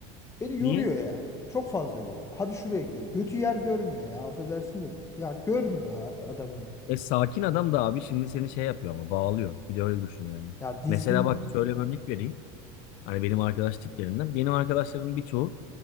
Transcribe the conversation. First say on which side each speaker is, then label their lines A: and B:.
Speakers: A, on the left; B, on the left.
A: Beni yoruyor
B: Niye?
A: ya. Çok fazla yoruyor. Hadi şuraya gidelim. Götü yer görmüyor ya affedersin de. Ya görmüyor ar- adamın.
B: E sakin adam da abi şimdi seni şey yapıyor ama bağlıyor. Bir de öyle düşün yani.
A: Ya dizgin
B: Mesela bak şöyle bir örnek vereyim. Hani benim arkadaş tiplerinden. Benim arkadaşlarımın birçoğu